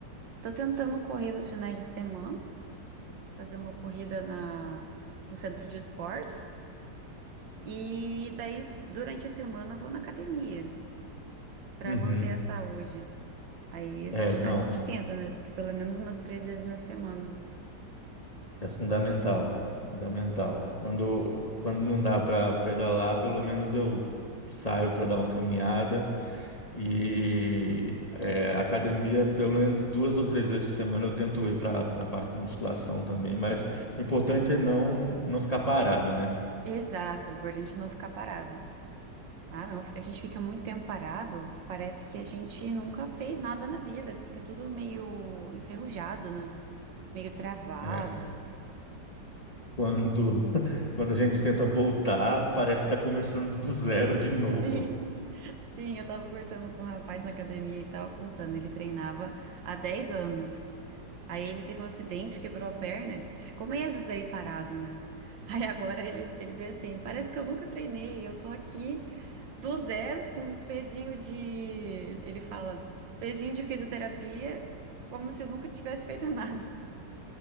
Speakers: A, on the right (about 80°); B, on the left (about 20°).
A: tô tentando correr nos finais de semana, fazer uma corrida na, no centro de esportes. E daí, durante a semana, eu vou na academia para
B: Uhum.
A: manter a saúde. Aí
B: É, não,
A: a gente tenta, né? Tenta pelo menos umas três vezes na semana.
B: é fundamental, fundamental. Quando, quando não dá para pedalar, pelo menos eu saio para dar uma caminhada E é, academia, pelo menos duas ou três vezes por semana, eu tento ir para a parte de musculação também, mas o importante é não, não ficar parado, né?
A: Exato, pra gente não ficar parado. Ah, não, a gente fica muito tempo parado, parece que a gente nunca fez nada na vida, fica tudo meio enferrujado, né? Meio travado.
B: É, quando, quando a gente tenta voltar, parece que está começando do zero de novo.
A: <laughs> Sim, sim, eu tava conversando com um rapaz na academia, ele tava contando, ele treinava há 10 anos. Aí ele teve um acidente, quebrou a perna e ficou meses daí parado, né? <laughs> Aí agora ele, ele vê assim, parece que eu nunca treinei, eu tô aqui do zero com um pezinho de, ele fala, pezinho de fisioterapia, como se eu nunca tivesse feito <laughs> nada.